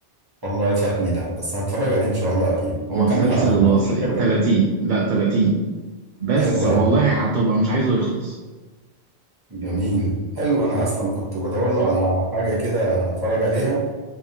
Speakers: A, on the right (about 20°); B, on the right (about 60°).
A: والله فاتني ده بس هتفرج عليه إن شاء الله أكيد
B: مسلسل
A: هو كام حلقة 15
B: الوصيه
A: برضه
B: 30 لا 30 بس
A: حلو
B: والله
A: أوي
B: هتبقى مش عايزه يخلص
A: جميل حلو أنا أصلا كنت بدور له على حاجة كده أتفرج عليها